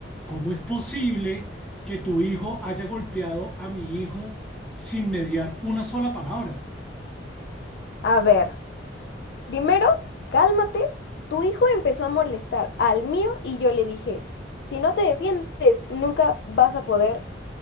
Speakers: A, in the centre; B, on the left.
A: ¿Cómo es posible que tu hijo haya golpeado a mi hijo sin mediar una sola palabra?
B: A ver, primero, cálmate. Tu hijo empezó a molestar al mío y yo le dije, si no te defiendes, nunca vas a poder